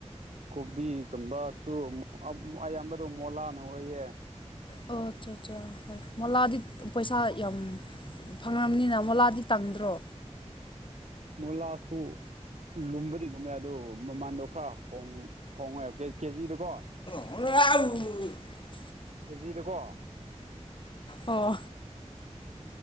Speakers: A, on the right; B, on the left.
A: ꯀꯣꯕꯤꯒꯨꯝꯕꯁꯨ ꯑꯌꯥꯝꯕꯗꯣ ꯃꯣꯂꯥꯅ ꯑꯣꯏꯌꯦ
B: ꯑꯣ ꯑꯆꯥ ꯑꯆꯥ ꯍꯣꯏ ꯃ ꯂ ꯑꯗꯤ ꯄꯩꯁꯥ ꯌꯥꯝ ꯐꯪꯉꯕꯅꯤꯅ ꯃꯣꯂꯥꯗꯤ ꯇꯪꯗ꯭ꯔꯣ
A: ꯃꯂꯁꯨꯨ ꯂꯨꯝꯕꯗꯤ ꯂꯨꯝꯃꯦ ꯑꯗꯨ ꯃꯃꯥꯟꯗꯣ ꯈꯔꯣꯡ ꯍꯣꯡꯉꯦꯕ ꯀꯦꯖꯤꯗꯀꯣ
B: ꯑꯣ
A: ꯀꯦꯖꯤꯗꯀꯣ
B: ꯑꯣ